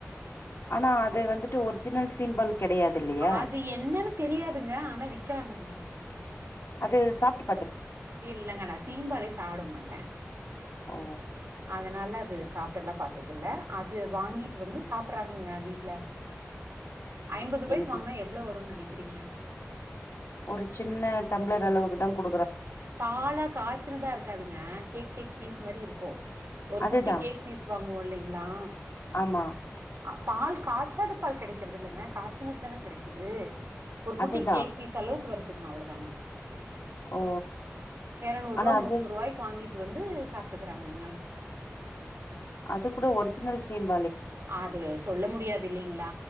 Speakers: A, on the left; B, on the right.
A: ஆனா அது வந்துட்டு ஒரிஜினல் சீம்பால் கெடையாது இல்லையா
B: அது என்னது தெரியாதுங்க ஆனா விக்கிறாங்கங்க
A: அது சாப்பிட்டு
B: இல்லங்க நா சீம்பாலே சாப்டமாட்டேன்
A: ஓ
B: அதனால அது சாப்பிட்டு எல்லா பாத்ததுல்ல அது வாங்கிட்டு வந்து சாப்படுறாங்கங்க வீட்ல ஐம்பது ரூபாய்க்கு
A: எனக்கு
B: வாங்குனா
A: ஸ்
B: எவ்ளோ வரும் நெனைக்கி கிறீங்க
A: ஒரு சின்ன டம்ப்ளர் அளவுக்கு தா குடுப்
B: பாலா காய்ச்சினதா இருக்காதுங்க கேக் கேக் பீஸ் மாரி இருக்கு ஒரு
A: அதுதா
B: குட்டி கேக் பீஸ் வாங்குவோ இல்லைங்களா
A: ஆமா
B: அ பால் காய்சாத பால் கெடைக்கிறது இல்லைங்க காய்சனது தான கெடைக்குது ஒரு குட்டி
A: அதுதா
B: கேக் பீஸ் அளவுக்கு வருது த்துங்க அவ்ளதாங்க
A: ஓ
B: இரநூறுவா
A: ஆனா அது
B: முன்னூறுவாய்க்கு வாங்கி ட்டு வந்து சாப்ட்டுக்கிறாங்கங்க
A: அது கூட ஒரிஜினல் சிம்
B: அது சொல்ல முடியாது இல்லிங்கிளா